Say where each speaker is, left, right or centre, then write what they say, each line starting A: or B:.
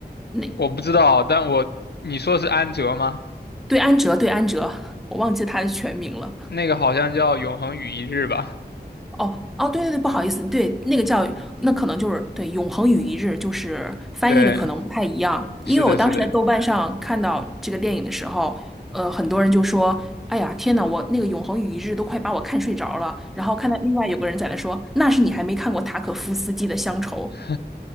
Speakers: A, in the centre; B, on the left.
A: 那
B: 我不知道，但我你说的是安哲吗？
A: 对安哲，对安哲，我忘记他的全名了。
B: 那个好像叫《永恒与一日》吧？
A: 哦哦，对对对，不好意思，对，那个叫那可能就是对“永恒与一日”，就是翻译的可能不太一样。
B: 对，是的，
A: 因为我当时在豆瓣上看到这个电影的时候，
B: 是的。
A: 呃，很多人就说：“哎呀，天呐，我那个‘永恒与一日’都快把我看睡着了。”然后看到另外有个人在那说：“那是你还没看过塔可夫斯基的《乡愁》
B: <laughs>